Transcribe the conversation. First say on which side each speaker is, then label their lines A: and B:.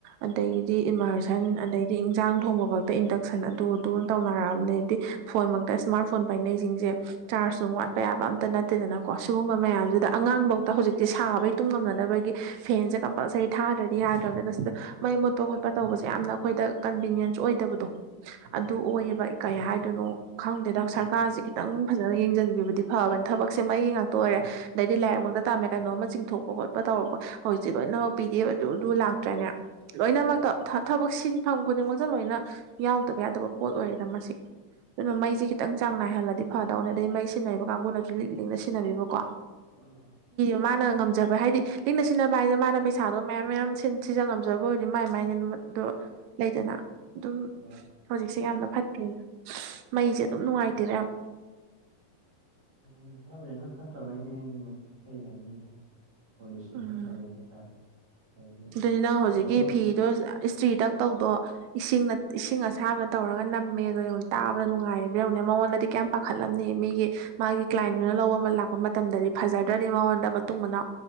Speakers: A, on the right (about 80°); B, on the right (about 45°).
A: ꯑꯗꯒꯤꯗꯤ ꯏꯃꯥꯔꯁꯟ ꯑꯗꯤ ꯏꯟꯖꯥꯡ ꯊꯣꯡꯕ ꯐꯛꯇ ꯏꯟꯗꯛꯁꯟ ꯑꯗꯨ ꯑꯗꯨ ꯇꯧꯅꯔꯛꯑꯕꯅꯦꯗꯤ ꯐꯣꯟ ꯃꯛꯇ ꯏꯁꯃꯥꯔꯠ ꯐꯣꯟ ꯄꯥꯏꯅꯩꯁꯤꯡ ꯆꯥꯔꯠꯄ ꯌꯥꯕ ꯑꯇ ꯅꯠꯇꯦꯗꯅꯀꯣ ꯁꯤꯒꯨꯝꯕ ꯃꯌꯥꯝꯁꯤꯗ ꯑꯉꯥꯡꯕꯧ ꯍꯧꯖꯤꯛꯇꯤ ꯁꯥꯕ ꯇꯨꯡ ꯉꯝꯅꯗꯅꯕꯒꯤ ꯐꯦꯟꯁꯦ ꯀꯝꯄꯜꯁꯔꯤ ꯊꯥꯗ꯭ꯔꯗꯤ ꯌꯥꯗ꯭ꯔꯕꯅꯤꯅ ꯁꯤꯗ ꯃꯩ ꯃꯨꯠꯄ ꯈꯣꯠꯄ ꯇꯧꯕꯁꯦ ꯌꯥꯝꯅ ꯑꯩꯈꯣꯏ ꯗ ꯀꯟꯚꯤꯅꯤꯌꯦꯟꯁ ꯑꯣꯏꯗꯕꯗꯣ
B: ꯎꯝ
A: ꯑꯗꯨ ꯑꯣꯏꯌꯦꯕ ꯀꯩ ꯍꯥꯏꯗꯣꯏꯅꯣ ꯈꯪꯗꯦꯗ ꯁꯔꯀꯥꯔꯁꯦ ꯈꯤꯇꯪ ꯐꯖꯅ ꯌꯦꯡꯁꯤꯟꯕꯤꯕꯗꯤ ꯐꯕꯅꯤꯅ ꯊꯕꯛꯁꯦ ꯃ ꯑꯩꯒꯤ ꯉꯥꯛꯇ ꯑꯣꯏꯔꯦ ꯑꯗꯩꯗꯤ ꯂꯥꯏꯔꯤꯛ ꯃꯛꯇ ꯇꯥꯃꯦ ꯀꯩꯅꯣ ꯑꯃ ꯆꯤꯡꯊꯣꯛ ꯈꯣꯠꯄ ꯇꯔꯄ ꯍꯧꯖꯤꯛꯤ ꯂꯣꯏꯅꯃꯛ ꯄꯤꯗꯦꯕ ꯑꯗꯨ ꯑꯗꯨ ꯂꯥꯛꯇ꯭ꯔꯦꯅꯦ ꯂꯣꯏꯅꯃꯛꯇ
B: ꯎꯝ
A: ꯊꯕꯛꯁꯤꯡ ꯐꯝ ꯈꯨꯗꯤꯡꯃꯛꯇ ꯂꯣꯏꯅ ꯌꯥꯎꯗꯕ ꯌꯥꯗꯕ ꯄꯣꯠ ꯑꯣꯏꯔꯦꯗ ꯃꯁꯤ ꯑꯗꯨꯅ ꯃꯩꯁꯦ ꯈꯤꯇꯪ ꯆꯥꯡ ꯅꯥꯏꯍꯜꯂꯗꯤ ꯐꯗꯧꯅꯦ ꯑꯗꯩ ꯃꯩ ꯁꯤꯖꯤꯟꯅꯔꯤꯕ ꯀꯥꯡꯒꯕꯨꯅꯁꯨ ꯂꯤꯛ ꯂꯤꯛꯅ ꯁꯤꯟꯅꯕꯤꯕꯀꯣ
B: ꯑꯣ
A: ꯃꯥꯅ ꯉꯝ ꯖꯕ ꯍꯥꯏꯗꯤ ꯂꯤꯡꯅ ꯁꯤꯟꯅꯕ ꯍꯥꯏꯁꯦ ꯃꯥꯅ ꯄꯩꯁꯥꯗꯣ ꯃꯌꯥꯝ ꯃꯌꯥꯝ ꯁꯤꯖ ꯉꯝꯖꯕ ꯑꯣꯏꯔꯗꯤ ꯃꯥꯏ ꯃꯥꯏꯅꯦ ꯅꯨꯗ ꯂꯩꯗꯅ ꯑꯗꯨꯝ
B: ꯍꯣꯏ
A: ꯍꯧꯖꯤꯛꯁꯦ ꯌꯥꯝꯅ ꯐꯠꯇ꯭ꯔꯦꯅꯦ ꯃꯩꯁꯦ ꯑꯗꯨꯝ ꯅꯨꯡꯉꯥꯏꯇꯦꯔ ꯌꯥꯝ
B: ꯎꯝ ꯒꯃꯦꯟꯅ ꯐꯠꯇꯕꯩꯅꯤ ꯍꯥꯏꯅꯤꯡꯉꯤ ꯀꯩ ꯍꯥꯏꯅꯤꯡꯗꯦ ꯄꯣꯂꯤꯁꯤ
A: ꯎꯝ
B: ꯐꯠꯇꯕꯩ ꯍꯥꯏꯇꯥꯔꯦ ꯍꯥꯏꯗꯤ
A: ꯑꯗꯨꯅꯤ ꯅꯪ
B: ꯂꯣꯏꯅꯃꯛ
A: ꯍꯧꯖꯤꯛꯀꯤ ꯐꯤꯗꯣ ꯏꯁꯇ꯭ꯔꯤ ꯇꯛ ꯇꯧꯗꯣ ꯏꯁꯤꯡꯅ ꯏꯁꯤꯡ ꯑꯁꯥꯕꯅ ꯇꯧꯔꯒ ꯅꯝꯃꯦ ꯑꯗꯣꯉ ꯇꯥꯕꯗ ꯅꯨꯡꯉꯥꯏꯔꯤꯕ꯭ꯔꯥ ꯃꯉꯣꯟꯗꯗꯤ ꯀꯌꯥꯝ ꯄꯥꯈꯠꯂꯝꯅꯤ ꯃꯤꯒꯤ ꯃꯥꯒꯤ ꯀ꯭ꯂꯥꯏꯟꯗꯨꯅ ꯂꯧꯕ ꯑꯃ ꯂꯥꯛꯄ ꯃꯇꯝꯗꯗꯤ ꯐꯖꯗ꯭ꯔꯗꯤ ꯃꯉꯣꯟꯗ ꯃꯇꯨꯡ ꯃꯅꯥꯎ